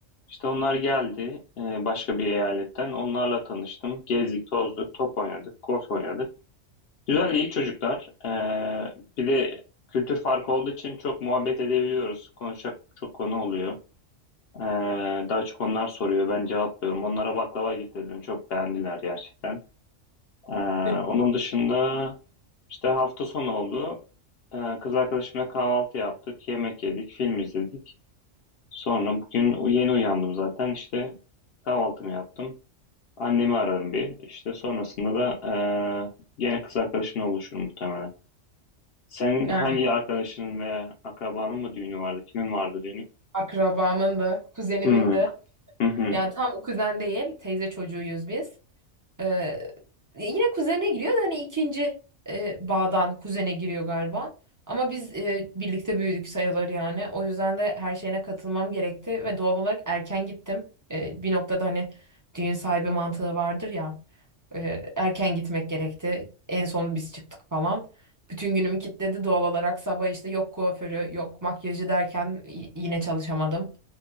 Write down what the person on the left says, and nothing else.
İşte onlar geldi e, başka bir eyaletten. Onlarla tanıştım. Gezdik, tozduk, top oynadık, golf oynadık. Güzel, iyi çocuklar. E, bir de kültür farkı olduğu için çok muhabbet edebiliyoruz. Konuşacak çok konu oluyor. E, daha çok onlar soruyor, ben cevaplıyorum. Onlara baklava getirdim. Çok beğendiler gerçekten. Ee,
onun dışında işte hafta sonu oldu. Ee, kız arkadaşımla kahvaltı yaptık, yemek yedik, film izledik. Sonra bugün u- yeni uyandım zaten. İşte kahvaltımı yaptım. Annemi ararım bir. İşte sonrasında da ee, gene kız arkadaşımla buluşurum muhtemelen. Senin
hangi arkadaşının veya akrabanın mı düğünü vardı? Kimin vardı düğünü?
Hmm,
Hı hı.